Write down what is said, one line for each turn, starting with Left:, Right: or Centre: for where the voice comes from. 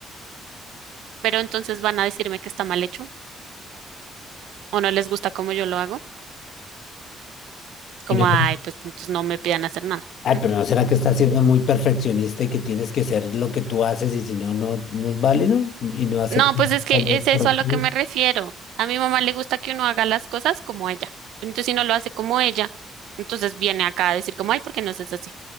Right: pero entonces van a decirme que está mal hecho o no les gusta como yo lo hago, como,
Left: Y no-
Right: ay, pues entonces no me pidan hacer nada.
Left: Ay,
Right: ¿Mm?
Left: pero ¿no será que estás siendo muy perfeccionista y que tienes que ser lo que tú haces y si no, no, no es válido y no aceptas
Right: No, pues es que
Left: algo
Right: es eso
Left: correctivo?
Right: a lo que me refiero. A mi mamá le gusta que uno haga las cosas como ella. Pero Entonces, si no lo hace como ella, entonces viene acá a decir como, ay, ¿por qué no haces así?